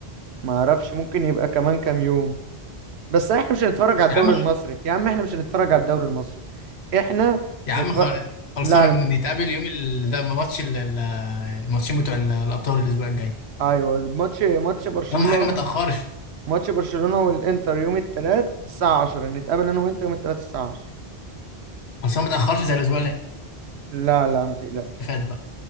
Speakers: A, on the right; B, on the left.
A: ما اعرفش ممكن يبقى كمان كام يوم بس احنا مش هنتفرج على الدوري
B: يا عم
A: المصري يا عم احنا مش هنتفرج على الدوري المصري احنا
B: يا عم
A: نتفرج
B: خ- خلصان
A: لا لا
B: نتقابل يوم ال... ده ماتش ال... ال- الماتشين بتوع ال- الابطال الاسبوع الجاي
A: ايوه الماتش ماتش برشلونة
B: اهم حاجه
A: وال...
B: ما تاخرش
A: ماتش برشلونة والانتر يوم الثلاث الساعة 10 نتقابل انا وانت يوم الثلاث الساعة 10
B: خلصان ما تاخرش زي الاسبوع اللي
A: لا لا ما تقلقش
B: فات بقى